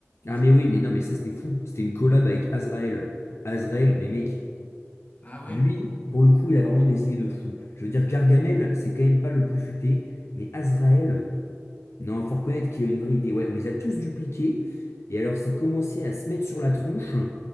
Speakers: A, on the left; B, on the left.
A: Ah
B: C'est
A: mais oui, mais
B: bien.
A: non, mais ça c'était fou. C'était une collab avec Azrael. Azrael, mais mec,
B: Ah ouais?
A: lui, pour le coup, il a vraiment des idées de fou. Je veux dire, Gargamel, c'est quand même pas le plus futé, mais Azrael, non, faut reconnaître qu'il a une vraie idée. Ouais, on les a tous dupliqués, et alors ça commençait à se mettre sur la tronche,